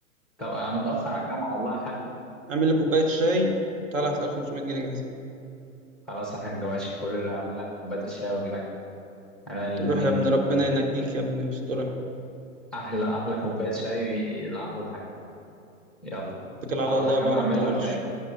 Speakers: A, in the centre; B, on the right.
A: طب انا متاخر على الجامعه والله يا حاج
B: اعمل لي كوبايه شاي طلعت هتلاقي 500 جنيه جاهزين
A: خلاص يا حاج ماشي كورير هعمل لك كوبايه الشاي واجي لك انا الاثنين
B: روح يا ابن ربنا ينجيك يا ابني ويسترك
A: احلى احلى كوبايه شاي لاحلى حاج يلا
B: اتكل على
A: هروح
B: الله
A: اجي
B: بقى
A: بقى
B: ما
A: اعملها
B: تطولش
A: وجاي